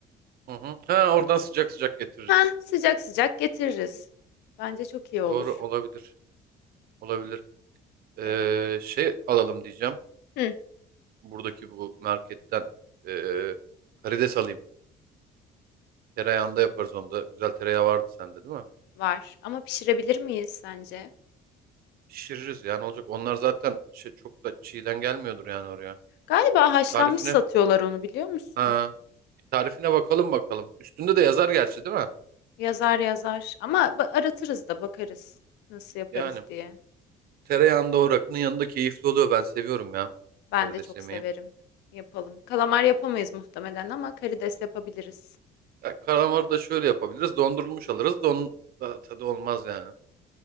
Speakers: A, on the right; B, on the left.
A: Hı hı. Ha, oradan sıcak sıcak getiririz.
B: Ha sıcak sıcak getiririz. Bence çok iyi olur.
A: Doğru olabilir. Olabilir. Ee,
B: Ee,
A: şey alalım diyeceğim.
B: hı,
A: Buradaki bu marketten ee, karides alayım. Tereyağında yaparız onu da. Güzel tereyağı vardı sende değil mi?
B: var ama pişirebilir miyiz sence?
A: Pişiririz yani olacak. Onlar zaten şey çok da çiğden gelmiyordur yani oraya.
B: Galiba haşlanmış
A: Tarifine
B: satıyorlar onu biliyor musun?
A: ha, bir tarifine bakalım bakalım. Üstünde de yazar gerçi değil mi?
B: Yazar yazar. Ama ba- aratırız da bakarız nasıl yaparız
A: Yani
B: diye.
A: tereyağında o rakının yanında keyifli oluyor. Ben seviyorum ya
B: Ben
A: karides
B: de çok
A: yemeği.
B: severim. Yapalım. Kalamar yapamayız muhtemelen ama karides yapabiliriz.
A: Ya karamarı da şöyle yapabiliriz. Dondurulmuş alırız. Don da tadı olmaz yani.